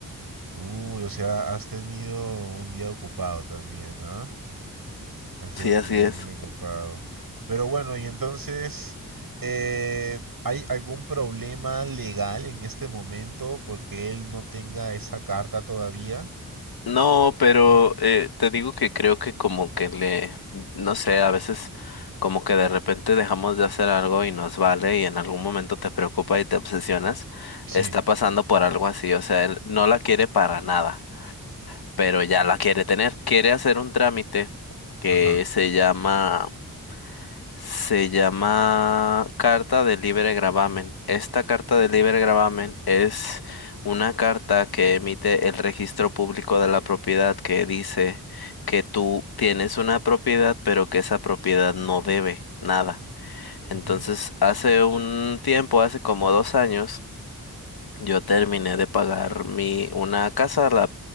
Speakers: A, on the right (about 70°); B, on the left (about 80°).
A: Uy, o sea, has tenido un día ocupado también, ah Así
B: Sí,
A: lo tenía
B: así es.
A: muy ocupado. Pero bueno, y entonces, eh, ¿hay algún problema legal en este momento porque él no tenga esa carta todavía?
B: No, pero
A: No,
B: eh, te digo que creo que como que le, no sé, a veces como que de repente dejamos de hacer algo y nos vale y en algún momento te preocupa y te obsesionas,
A: sí,
B: está pasando por algo así, o sea, él no la quiere para nada, pero ya la quiere tener, quiere hacer un trámite que
A: ajá.
B: se llama se llama Carta de Libre Gravamen. Esta carta de libre gravamen es una carta que emite el Registro Público de la Propiedad que dice que tú tienes una propiedad, pero que esa propiedad no debe nada. Entonces,
A: ujú.
B: hace un tiempo, hace como dos años, yo terminé de pagar mi una casa, la,